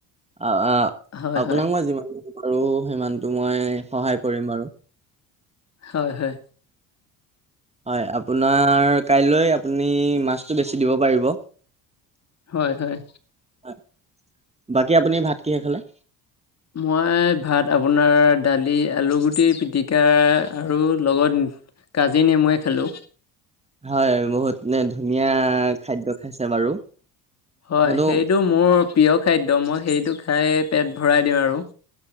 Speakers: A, on the right (about 15°); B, on the left (about 40°).
A: আ
B: হয়
A: আপোনাক
B: হয়
A: মই যিমান পাৰোঁ সিমানটো মই সহায় কৰিম বাৰু।
B: হয় হয়।
A: হয়, আপোনাৰ কাইলৈ আপুনি মাছটো বেচি দিব পাৰিব।
B: হয় হয়।
A: হয়। বাকী আপুনি ভাত কিহেৰে খালে?
B: মই ভাত আপোনাৰ দালি, আলুগুটিৰ পিটিকা আৰু লগত কাজি নেমুৱে খেলোঁ।
A: হয় বহুত নে ধুনীয়া খাদ্য খাইছে বাৰু।
B: হয়
A: হ'লেও
B: সেইটো মোৰ প্ৰিয় খাদ্য, মই সেইটো খাই পেট ভৰাই দিওঁ আৰু।